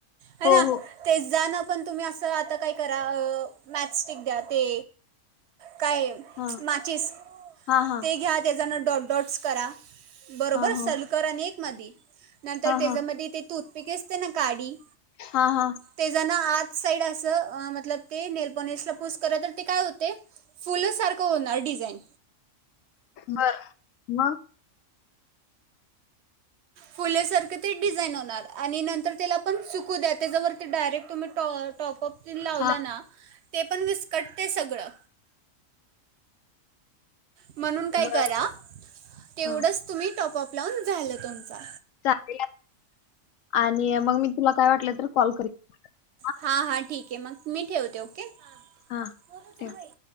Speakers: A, on the right; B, on the left.
A: आहे
B: हो
A: ना
B: हो
A: ते जाण पण तुम्ही असं आता काय करा मॅथस्टिक दया ते काय
B: हा
A: मॅचिस
B: हा हा
A: ते घ्या त्याच्यानं डॉट डॉट्स करा. बरोबर
B: हा हा
A: सलकर आणि एक मध्ये नंतर
B: हा
A: त्याच्यामध्ये
B: हा
A: ते तूतपिक असते ना काडी
B: हा हा
A: ते ज ना आत साईड असं मतलब ते नेल पॉलिश ला पुश केलतर ते काय होते फुल सारख होणार डिप डीजाईन
B: बर मग
A: फुलेसारखं ते डिझाईन होणार आणि नंतर त्याला पण सुकू दया त्याच्यावरती डायरेक्ट तुम्ही टॉ टॉप पपतीन लावलं
B: हा
A: ना ते पण विस्कटते सगळं म्हणून काय
B: बर
A: करा
B: बर
A: तेवढच
B: हा
A: तुम्ही टॉपप लावून झालं तुमचा.
B: चालेल आणि मग मी तुला काय वाटलं तर कॉल करील
A: हा हा ठीक आहे मग मी ठेवते ओके फोन
B: हा
A: उचल
B: ठेव
A: बाई